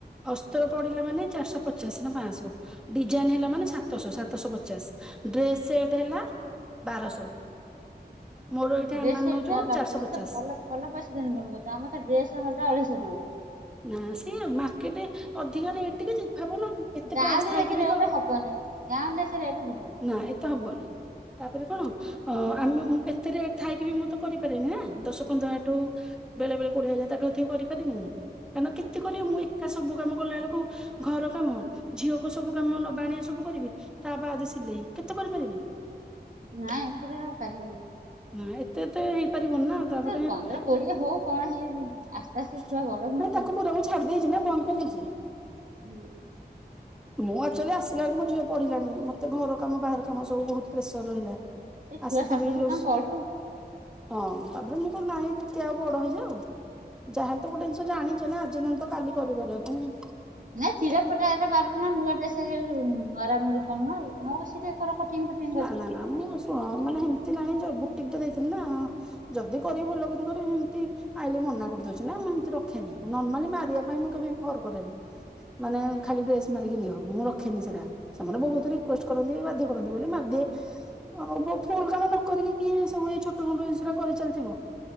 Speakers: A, in the centre; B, on the right.
A: ଅସ୍ତର ପଡିଲା ମାନେ ଚାରଶହ ପଚାଶ ନା ପାଂଶ ଡିଜାଇନ୍ ହେଲା ମାନେ ସାତ୍ <unintelligible> ସାତଶହ ପଚାଶ ଡ୍ରେସ ସେଟ୍ ହେଲା ବାରଶହ। ମୋର ଏଇଠା
B: ଡ୍ରେସ
A: ମାନେ
B: ସେଟ
A: ନେଉଚୁ
B: ବାପ
A: ଚାରଶହ
B: ସେ
A: ପଚାଶ।
B: ତ ଭଲ ଭଲ ପଇସା ଇନକମ୍ କରୁଚ ଆମର ତ? ଡ୍ରେସ୍ ଘରିକା ଅଢେଇଶହ ଟଙ୍କା।
A: ନାଇଁ ସିଏ ମାର୍କେଟରେ ଅଧିକ ରେଟ୍ ଟିକେ ଭାବୁନା। ଏତେ
B: ଗାଉଁଲିରେ
A: ପ୍ରାଇସ୍ ଥାଇକି
B: ଏତେ
A: ବି
B: ରେଟ୍
A: ତ
B: ହବନି ଗାଉଁଲିରେ ଏତେ ରେଟ୍ ଯିବନି।
A: ନା ଏତେ ହବନି। ତାପରେ କଣ? ହଁ ଆମେ ଏତେ ରେଟ୍ ଥାଇକି ବି ମୁଁ ତ କରିପାରିବିନି ନା। ଦଶ, ପନ୍ଦର ହଜାରଠୁ ବେଳେ ବେଳେ କୋଡିଏ ହଜାର। ତା, ଠୁ ଅଧିକ କରିପାରିବିନି। କାମ କେତେ କରିବ? ମୁଁ ଏକା ସବୁ କାମ କଲା ବେଳକୁ ଘର କାମ, ଝିଅକୁ ସବୁ କାମ, ନବା ଆଣିବା ସବୁ କରିବି, ତା, ବାଦ ସିଲେଇ କେତେ କରିପାରିବି?
B: ନାଇଁ, ଏଥର ପାରିବିନି।
A: ନା, ଏତେ ତ ହେଇପାରିବନି ନା। ତା, ପରେ
B: ଏ
A: ନାଇଁ,
B: ପନ୍ଦର କୋଡିଏ ହଉ କଣ ହେଇଯାଉଛି ଆସ୍ତେ ଆସ୍ତେ ଛୁଆ ବଡ ହୁଅନ୍ତୁ।
A: ତାକୁ ପୁରା ମୁଁ ଛାଡିଦେଇ ଯିବା ବନ୍ଦ କରିଦେଇଛ। ଉଁ।
B: ହୁଁ।
A: ମୁଁ ଆକ୍ଚୁଆଲି ଆସିଲା ବେଳକୁ ମୋ ଝିଅ ପଢିଲାନି, ମତେ ଘର କାମ, ବାହାର କାମ ସବୁ ବହୁତ ପ୍ରେସର ରହିଲା।
B: ଏ ଛୁଆ
A: ଆସିଥିବି
B: ଷଷ୍ଠ, ସପ୍ତମ
A: ରୋଷ
B: ପଢୁ
A: ହଁ ତାପରେ ମୁଁ କଣ ନାଇଁ ଟିକେ ଆଉ ବଡ ହେଇଯାଉ। ଯାହାହେଲେ ତ ଗୋଟେ ଜିନିଷ ଜାଣିଛ୍। <unintelligible> ନା ଆଜି ନହେଲେ ତ କାଲି କରିପାରିବା ପାଇଁ।
B: ନାଇଁ ଚିରା ଫଟାର ବାରଣ ନାଇ ନୂଆ ଡ୍ରେସ୍ ମାରା ମୁରି କଣ ନା ଆଉ ନୂଆ <unintelligible> କଟିଙ୍ଗ ଫଟିଙ୍ଗ୍।
A: ନା ନା ନା ମୁଁ ଶୁଣ, ମାନେ ହେମତି ନାହିଁ। ବୁକ୍ ଟିକଟା ଦେଇଥିଲି ନା। ଯଦି ଗରିବି ଲେକଙ୍କର ହେମତି ଆଇଲେ ମନା କରିଦଉଚି ନା। ମୁଁ ଏମତି ରଖେନି। ନର୍ମାଲି ମାରିବା ପାଇଁ ମୁଁ କେବେ ବି ଫର୍ କରେନି। ମାନେ ଖାଲି ଡ୍ରେସ୍। ମାରିକି ନିଅ ମୁଁ ରଖେନି ସେଟା। ସେମାନେ ବହୁତ ରିକ୍ୱେଷ୍ଟ କରନ୍ତି ବାଧ୍ୟ କରନ୍ତି ବୋଲି ମାଘ। ଆଉ ଫୁଲ୍ କାମ ନ କରିକି କିଏ ଏ ସବୁ ଛୋଟ ମୋଟ ଜିନିଷଏରା କରି ଚାଲିଥିବ।